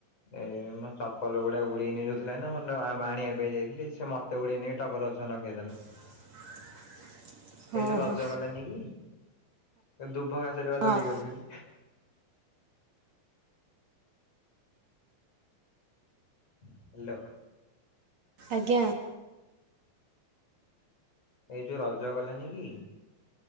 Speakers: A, on the left; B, on the right.
A: ଏଇ ମୋ ଚପଲ ଗୁଡା ଉଡେଇ ନେଇ ଯାଉଥିଲା ନା ମୁଁ ଆଣିବା ପାଇଁ ଯାଇଥିଲି ସେ ମତେ ଉଡେଇନେଇ ଟଗର ଗଛ ଲଗେଇଦେଲା।
B: <inaudible>
A: ଏଇ ଯୋଉ ରଜ
B: ହଁ
A: ଗଲାନି କି, ଦୁବ ଘାସରେ ବା
B: ହଁ
A: ଦୋଳି ଖେଳୁଥିଲି। ହାଲୋ।
B: ଆଜ୍ଞା।
A: ଏଇ ଯୋଉ ରଜ ଗଲାନି କି?